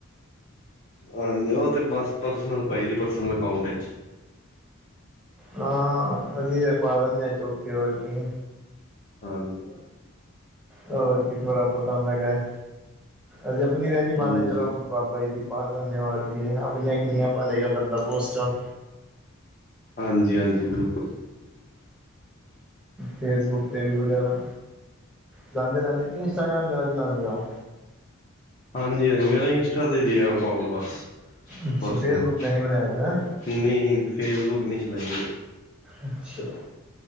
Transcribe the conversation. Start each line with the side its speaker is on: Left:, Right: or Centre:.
Left: ਹਾਂਜੀ ਉਹ ਤੇ ਬਸ ਪਰਸਨਲ ਪਾਈ ਦੀ ਪਰਸਨਲ ਅਕਾਊਂਟ ਵਿੱਚ
Centre: ਹਾਂ ਅਸੀਂ ਤੇ ਪਾ ਦਿੰਦੇ ਹਾਂ ਚੌਕੀ ਵਰਗੀ
Left: ਹਾਂਜੀ
Centre: ਹੋਰ ਕੀ ਥੋੜ੍ਹਾ ਪਤਾ ਮੈਂ ਕਿਹਾ, ਅਸੀਂ ਆਪਣੀ ਰਹਿ ਨ ਪਾਉਦੇ
Left: ਹਾਂਜੀ
Centre: ਚਲੋ। ਬਾਬਾ ਜੀ ਦੀ ਪਾ ਦੇ ਹੋਰ ਵੀ ਆਪਣੀਆਂ ਕਿੰਨੀਆਂ ਪਾ ਲਏਗਾ ਬੰਦਾ ਪੋਸਟਾਂ
Left: ਹਾਂਜੀ- ਹਾਂਜੀ, ਬਿਲਕੁਲ, <inaudible>
Centre: ਫੇਸਬੁੱਕ ਤੇ ਵੀ ਵਗੈਰਾ, ਚਲਾਉਂਦੇ ਰਹਿੰਦੇ ਇੰਸਟਾਗ੍ਰਾਮ ਚਲਾਉਂਦੇ ਆ ਉਹ
Left: ਹਾਂਜੀ- ਹਾਂਜੀ ਮੇਰਾ ਇੰਸਟਾ ਤੇ ਹੀ ਦੇ ਆ ਅਕਾਊਂਟ ਬਸ
Centre: ਅੱਛਾ
Left: ਪਰਸਨਲ
Centre: ਫੇਸਬੁੱਕ ਤੇ ਨਹੀਂ ਬਣਾਇਆ ਤਾਂ,
Left: ਨਹੀਂ, ਫੇਸਬੁੱਕ ਨਹੀਂ ਚਲਾਈ ਹੈ।
Centre: ਅੱਛਾ,